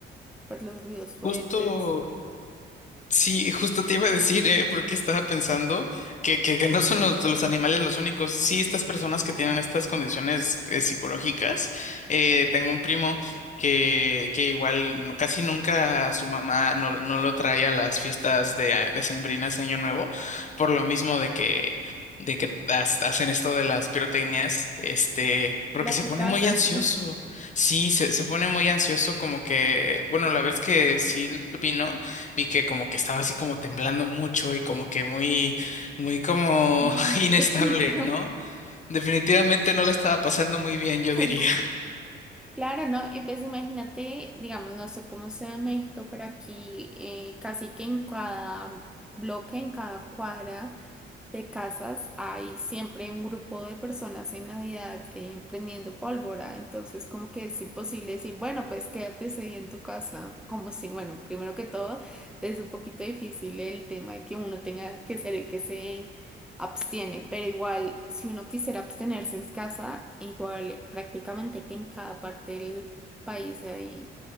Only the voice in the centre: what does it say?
por los ruidos fuertes.
Le afecta
bastante.
No,
<laughs> pobrecito.
Claro,
claro, ¿no? Y pues imagínate, digamos, no sé cómo sea en México, pero aquí eh, casi que en cada bloque, en cada cuadra. de casas hay siempre un grupo de personas en Navidad eh, prendiendo pólvora, entonces como que es imposible decir, bueno, pues quédate ese día en tu casa, como si, bueno, primero que todo, es un poquito difícil el tema de que uno tenga que ser el que se abstiene, pero igual si uno quisiera abstenerse en casa, igual prácticamente que en cada parte del país hay